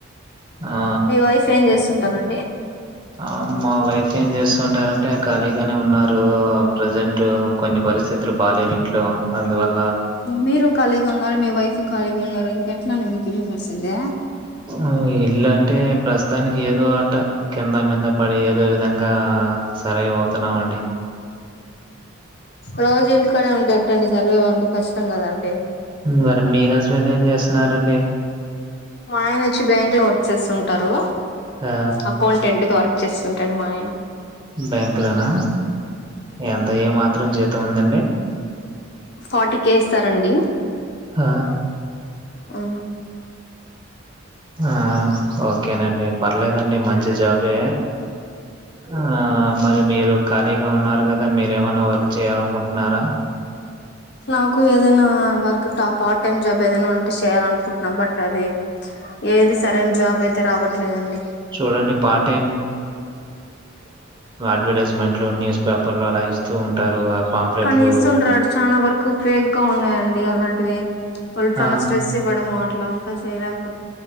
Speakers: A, on the right; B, on the left.
A: ఆ
B: మీ వైఫ్ ఏం చేస్తుంటారండి
A: ఆ మా వైఫ్ ఏం చేస్తుంటారంటే అంటే ఖాళీగానే ఉన్నారూ ప్రజెంటు కొన్ని పరిస్థితులు బాాలేవు ఇంట్లో అందువల్ల
B: మీరు ఖాళీగున్నారు మీ వైఫ్ ఖాళగా. ఉన్నారు ఇంకెట్లా అండి మీకు ఇల్లు గడిసేది
A: ఆ ఎల్లు అంటే ప్రస్తుతానికి ఏదో అట్ట కింద మీద పడి ఏదో విధంగా సర అవుతున్నాం అండి
B: రోజు ఇంటికాడ ఉంటేట్టండి సర్వే ఉంది కష్టం కదండి
A: మరి మీ హస్బెండ్ ఏం చేస్తున్నారండి
B: మా ఆయన వచ్చి బ్యాంక్ లో వర్క్ చేస్తుంటారు
A: ఆ
B: అకౌంటెంట్గా వర్క్ చేస్తుంటాడు మా ఆయన
A: బ్యాంకులోనా ఎంత ఏ మాత్రం జీతం ఉందండి
B: ఫార్టీ కే ఇస్తారండి
A: ఆ
B: ఆ
A: ఆ ఓకేనండి పర్లేదండి మంచి జాబే ఆ మరి మీరు ఖాళీగా ఉన్నారు కదా మీరు ఏమన్నా వర్క్ చేయాలనుకుంటున్నారా
B: నాకు ఏదైనా వర్క్ ట పార్ట్ టైమ్ జాబ్ ఏదైనా ఉంటే చేయాల అనుకుంటున్నా బట్ అది ఏది సరైన జాబ్ అయితే రావట్లేదండి
A: చూడండి పార్ట్ అడ్వర్టైజమెంట్ ఇంట్లో న్యూస్ పేపర్లు అలా ఇస్తూ ఉంటారు పాంప్లెట్లు
B: కానీ ఇస్తుంటారు చాలా వరకు ఫేక్ గా ఉన్నాయండి అలాంటివి వాళ్ళు చాలా
A: ఆ
B: స్ట్రెస్ ఇవ్వడము అట్లా అంతా చేయలేకపో